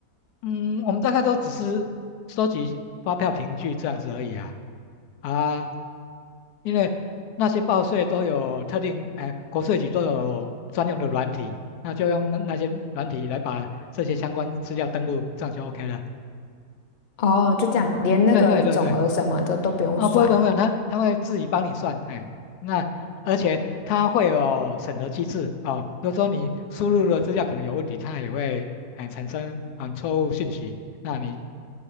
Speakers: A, on the left; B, on the left.
A: 嗯，我们大概都只是收集发票凭据这样子而已啊。啊，因为那些报税都有特定，哎、国税局都有专用的软体，那就用那那些软体来把这些相关资料登录，这样就 OK 了。
B: 哦，就这样，连那个总额什么的都不用算
A: 对对对对，啊，不会不会，不会他他会自己帮你算，哎，那而且他会有审核机制哦。如果说你输入的资料可能有问题，他也会哎产生嗯错误信息，那你